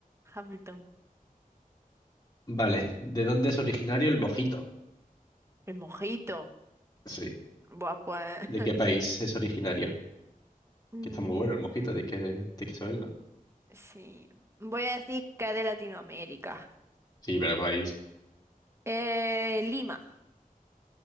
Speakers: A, on the right; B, on the left.
A: Hamilton.
B: Vale, ¿de dónde es originario el mojito?
A: El mojito.
B: Sí.
A: Buah, pues.
B: ¿De
A: <laughs>
B: qué país es originario?
A: Mm,
B: Que está muy bueno el mojito, hay que, tienes que saberlo.
A: sí. Voy a decir que de Latinoamérica.
B: Sí, pero país,
A: Eh, Lima.